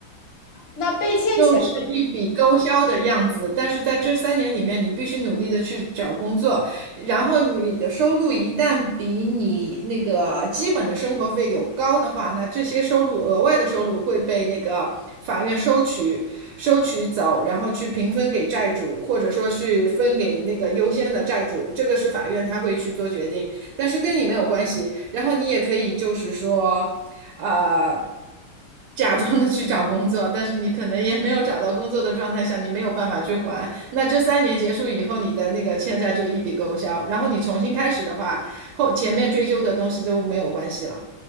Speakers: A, on the left; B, on the right.
A: 那被欠钱
B: 又是一笔勾销的样子，但是在这三年里面，你必须努力的去找工作，然后你的收入一旦比你那个基本的生活费有高的话，那这些收入额外的收入会被那个法院收取，收取走，然后去平分给债主，或者说去分给那个优先的债主，这个是法院他会去做决定，但是跟你没有关系。然后你也可以就是说。呃，假装的去找工作，但是你可能也没有找到工作的状态下，你没有办法去还。那这三年结束以后，你的那个欠债就一笔勾销，然后你重新开始的话，后前面追究的东西都没有关系了。